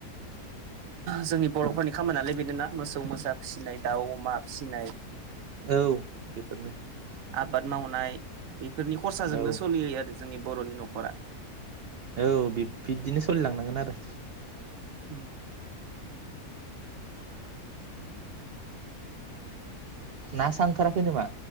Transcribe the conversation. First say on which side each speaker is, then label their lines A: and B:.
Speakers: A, on the right; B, on the right.
A: जोंनि बर'फोरनि खामानियानो बेनो ना मोसौ मोसा फिनाय दाउ अमा फिसिनाय
B: औ बेफोरनो
A: आबाद मावनाय बेफोरनि खरसाजोंनो
B: औ
A: सोलियो आरो जों जोंनि बर'नि न'खरा
B: औ बि-बिबदिनो सोलिलांनांगोन आरो
A: उम
B: ना सानथाखाराखै नामा